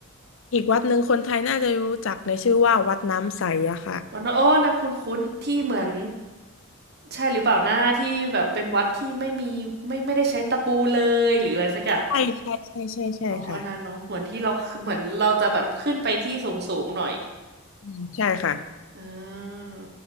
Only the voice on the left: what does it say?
อีกวัดหนึ่งคนไทยน่าจะรู้จักในชื่อว่าวัดน้ำใสอะค่ะ
ใช่ใช่ใช่ใช่ใช่ค่ะ
อืมใช่ค่ะ